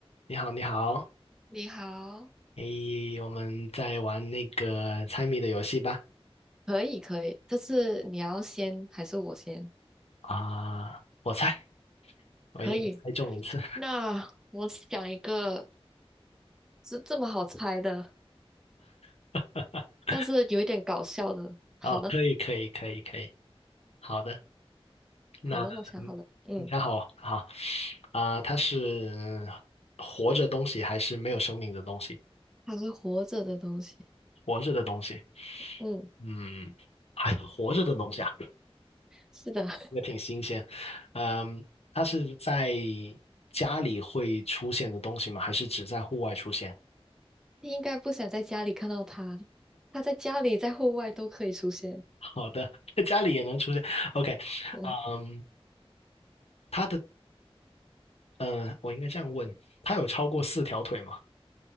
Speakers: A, on the left; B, in the centre.
A: 你好，你好，
B: 你好，
A: 诶，我们在玩那个猜谜的游戏吧。
B: 可以，可以，这次你要先还是我先？
A: 啊、我猜，我一定要猜中一次。
B: 可以。那我想一个，是这么好猜的，
A: <laughs>
B: 但是有一点搞笑的。好了，
A: 哦，可以，可以，可以，可以。好的，那嗯你想好，
B: 好了，我想好了，嗯，
A: 好啊、它是活着东西还是没有生命的东西？
B: 它是活着的东西，
A: 活着的东西，
B: 嗯，
A: 嗯，还活着的东西啊，
B: 是的，<laughs>
A: 也挺新鲜。嗯，它是在家里会出现的东西吗？还是只在户外出现？
B: 你应该不想在家里看到它，它在家里、在户外都可以出现。
A: 好的，在家里也能出现。OK，
B: 嗯，
A: 嗯，它的，呃，我应该这样问，它有超过四条腿吗？